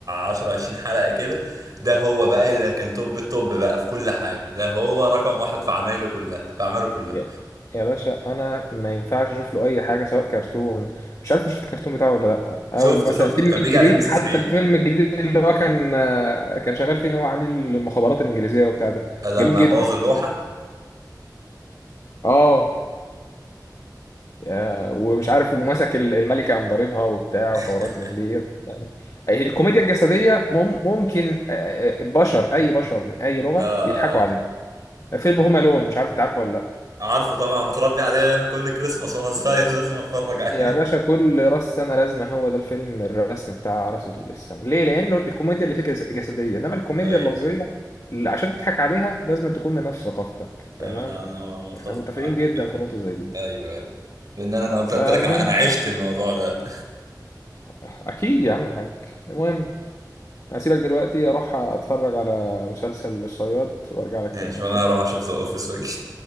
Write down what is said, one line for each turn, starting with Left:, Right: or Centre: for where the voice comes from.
Right: 10 20 حلقه كده ده هو بقى اللي كان توب التوب بقى في كل حاجه ده هو رقم واحد في عمايله كلها في اعماله كلها
Left: يا يا باشا انا ما ينفعش اشوف له اي حاجه سواء كرتون مش عارف إنت شفت الكرتون بتاعه ولا لا او
Right: شفته
Left: مثلا
Right: شفته
Left: الفيلم
Right: كان
Left: الجديد
Right: بيجي على ام بي سي
Left: حتى
Right: 3
Left: الفيلم الجديد اللي هو كان آه، كان شغال فيه ان هو عامل المخابرات الانجليزيه وبتاع ده
Right: لما
Left: جميل جدا
Right: بوظ اللوحه
Left: اه يا ومش عارف ومسك ال- الملكه قام ضاربها وبتاع
Right: <laughs>
Left: وحوارات من ديت يعني أي- الكوميديا الجسديه مم ممكن آه، آه، بشر اي بشر من اي لغه
Right: اه
Left: يضحكوا عليه
Right: اه
Left: فيلم هوم الون مش عارف انت عارفه ولا لا
Right: عارفه طبعا متربي عليه من كل كريسماس وانا صغير <laughs> لازم اتفرج
Left: يا
Right: عليه
Left: باشا كل راس سنة لازما هو ده الفيلم الرسم بتاع راس السنة ليه؟ لأنه الكوميديا اللي فيه جس- جسدية إنما الكوميديا
Right: ايوه
Left: اللفظية
Right: ايوه
Left: اللي عشان تضحك عليها لازم تكون من نفس ثقافتك تمام
Right: أيوة، انا انا
Left: يعني
Right: متفق
Left: احنا متفقين
Right: معاك
Left: جدا
Right: في كده
Left: في
Right: يعني
Left: نقطة زي دي
Right: ايوه ايوه لان انا أنا قلت قلت
Left: آه
Right: لك
Left: المهم
Right: انا انا عشت الموضوع ده
Left: أكيد يا عم الحاج المهم هسيبك دلوقتي أروح أتفرج على مسلسل الصياد وأرجع
Right: <laughs>
Left: لك
Right: ماشي
Left: تاني أوكي؟
Right: وانا هروح اشوف ذا اوفيس واجي